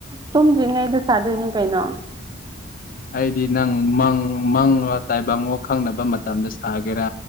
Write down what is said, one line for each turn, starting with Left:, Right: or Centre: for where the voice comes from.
Right: ꯇꯨꯝꯗ꯭ꯔꯤꯉꯩꯗ ꯆꯥꯗꯣꯏꯅꯦ ꯀꯩꯅꯣ
Left: ꯑꯩꯗꯤ ꯅꯪꯪ ꯃꯪꯉꯣ ꯇꯥꯏꯕꯪꯉꯣ ꯈꯪꯅꯕ ꯃꯇꯝꯗ ꯁꯥꯒꯦꯔꯥ